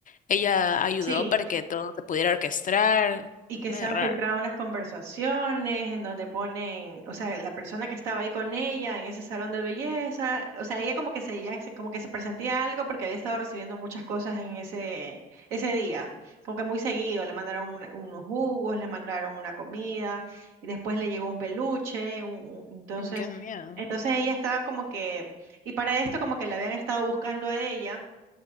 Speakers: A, on the left; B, on the right.
A: ella ayudó
B: Sí.
A: para que todo se pudiera orquestar.
B: Y
A: Medio
B: que se han
A: raro.
B: filtrado unas conversaciones en donde ponen, o sea, la persona que estaba ahí con ella en ese salón de belleza, o sea, ella como que se, ya se- como que se presentía algo porque había estado recibiendo muchas cosas en ese, ese día, como que muy seguido, le mandaron una- unos jugos, le mandaron una comida y después le llegó un peluche, un- un- entonces,
A: Mm, qué miedo.
B: entonces ella estaba como que, y para esto como que la habían estado buscando a ella